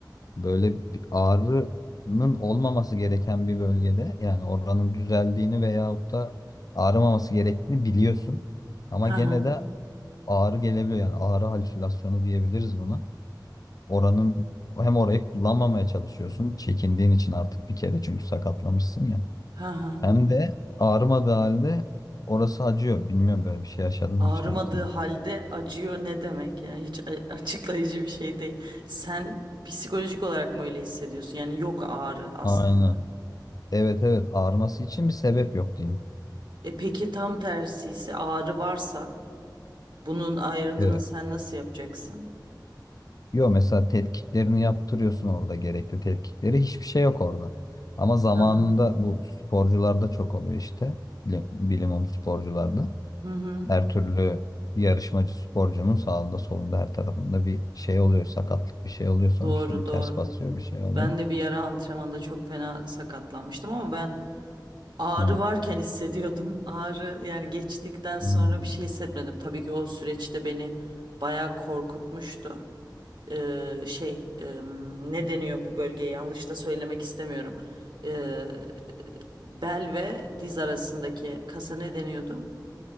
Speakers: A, on the left; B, on the right.
A: böyle bir ağrının olmaması gereken bir bölgede yani oranın düzeldiğini veyahut da ağrımaması gerektiğini biliyorsun. Ama
B: Ha
A: gene
B: ha.
A: de ağrı gelebiliyor yani ağrı halüsinasyonu diyebiliriz buna. Oranın hem orayı kullanmamaya çalışıyorsun çekindiğin için artık bir kere çünkü sakatlamışsın ya.
B: Ha ha.
A: Hem de ağrımadığı halde orası acıyor. Bilmiyorum böyle bir şey yaşadın
B: Ağrımadığı
A: mı hiç hayatında?
B: halde acıyor ne demek yani hiç a- açıklayıcı bir şey değil. Sen psikolojik olarak mı öyle hissediyorsun? Yani yok ağrı aslında.
A: Aynen. Evet evet ağrıması için bir sebep yok diyeyim.
B: E peki tam tersi ise ağrı varsa bunun ayrımını
A: Ee,
B: sen nasıl yapacaksın?
A: Yo mesela tetkiklerini yaptırıyorsun orada gerekli tetkikleri. Hiçbir şey yok orada. Ama zamanında
B: Hı hı.
A: bu sporcularda çok oluyor işte. Bilim, bilimum sporcularda.
B: Hı hı.
A: Her türlü yarışmacı sporcunun sağında solunda her tarafında bir şey oluyor. Sakatlık bir şey oluyor sonuçta.
B: Doğru
A: Bir
B: doğru.
A: ters basıyor bir şey oluyor.
B: Ben de bir ara antrenmanda çok fena sakatlanmıştım ama ben ağrı
A: Hı.
B: varken hissediyordum. <laughs> Ağrı yani geçtikten sonra
A: Hmm.
B: bir şey hissetmedim. Tabii ki o süreçte beni bayağı korkutmuştu. e, şey e, ne deniyor bu bölgeye yanlış da söylemek istemiyorum. E, bel ve diz arasındaki kasa ne deniyordu?